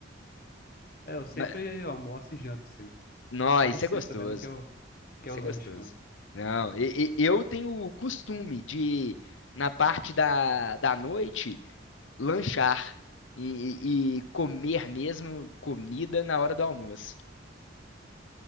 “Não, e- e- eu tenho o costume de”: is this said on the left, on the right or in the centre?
Left